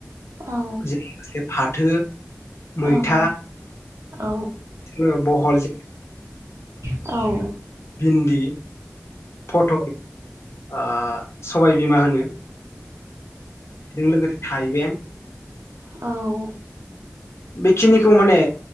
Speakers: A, on the right; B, on the left.
A: औ
B: लोगोसे फाथो मैथा
A: औ औ
B: ओ बहल
A: औ
B: भिन्दि फथल ओ सबायबिमा होनो बेजों लोगोसे थाइबें
A: औ
B: बेखिनिखौ माने